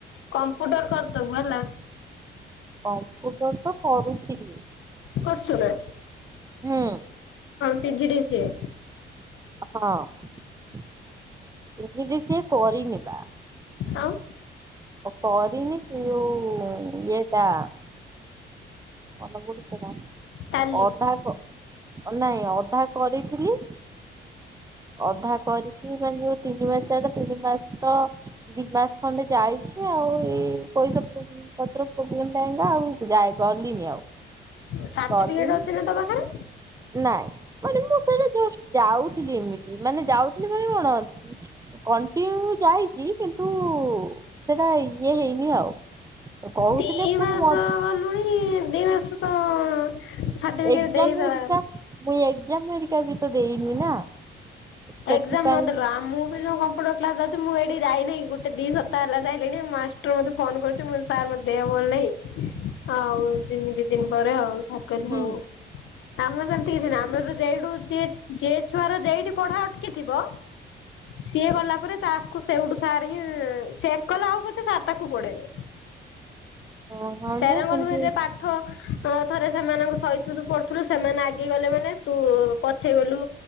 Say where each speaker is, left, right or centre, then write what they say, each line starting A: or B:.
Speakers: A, on the left; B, on the right.
A: କମ୍ପୁଟର କରିଦବୁ ହେଲା।
B: କମ୍ପୁଟର ତ କରୁଥିଲି
A: କରୁଛୁ ନା
B: ହୁଁ।
A: P G D C A.
B: ହଁ P G D C A କରିନି ବା।
A: ଆଉ।
B: କରିନି ସେ ଯୋଉ ଇଏଟା ମନ ପଡୁଛି ନା
A: ଟାଲି
B: ଅଧା ନାଇଁ ଅଧା କରିଥିଲି ଅଧା କରିକି ମାନେ ତିନି ମାସଟା ତିନି ମାସ ତ ଦି ମାସ ଖଣ୍ଡେ ଯାଇଛି ଆଉ ଏଇ ପଇସା ପ ପତ୍ର ପ୍ରୋବ୍ଲେମ ପାଇଙ୍କା ଆଉ ଯାଇ ପାରିଲିନି ଆଉ।
A: ସାର୍ଟିଫିକେଟ
B: ଗଲିନି
A: ଅଛି ନା ତା ପାଖରେ?
B: ନାଇଁ ମାନେ ମୁଁ ସେଇଟା ଜଷ୍ଟ୍ ଯାଉଥିଲି ଏମିତି ମାନେ ଯାଉଥିଲି ବୋଲି କଣ କଣ୍ଟିନ୍ୟୁ ଯାଇଛି କିନ୍ତୁ ସେଟା ଇଏ ହେଇନି ଆଉ। କହୁଥିଲେ
A: ଦୁଇ
B: ପୁଣି
A: ମାସ
B: ମ
A: ଗଲୁଣି ଦୁଇ ମାସ ତ ସାର୍ଟିଫିକେଟ
B: ଏଗଯାମ୍
A: ଦେଇଦବା।
B: ହେରିକା ମୁ ଏଗଯାମ୍ ହେରୀକା ବି ତ ଦେଇନି ନା। ସେଥିପାଇଁ
A: ଏଗଜାମ୍ ନଦେଲୁ ଆଉ ମୁଁ ବି ଯଉ କମ୍ପୁଟର କ୍ଲାସ ଯାଉଛି ମୁଁ ଏଠି ଯାଇନାଇଁ ଗୋଟେ ଦି ସପତାହ ହେଲା ଯାଇଲେଣି ମାଷ୍ଟର ମତେ ଫୋନ କରୁଛି ସାର୍ ମୋ ଦେହ ଭଲ ନାହିଁ। ଆଉ ଜିମୀ ଦିନ ପରେ ଆଉ। ସାର୍ କହିଲେ
B: ହୁଁ
A: ହଉ ଆମର ସେମିତି କିଛି ନା ଆମେ ଯାଇ ଟୁ ଯିଏ ଯେ ଛୁଆ ର ଯେଇଠି ପଢା ଅଟକିଥିବ ସିଏ ଗଲା ପରେ ତାକୁ ସେଉଠୁ ସାର ହିଁ ସେ ଏକଲା ହଉ ପଛେ ସାର୍ ତାକୁ ପଢେଇବେ।
B: ହୁଁ ହଁ
A: ସେରଙ୍ଗ
B: କିନ୍ତୁ
A: ନୁହେଁ ଯେ ପାଠ ଥରେ ସେମାନଙ୍କ ସହିତ ତୁ ପଢୁଥିଲୁ ସେମାନେ ଆଗେଇଗଲେ ମାନେ ତୁ ପଛେଇ ଗଲୁ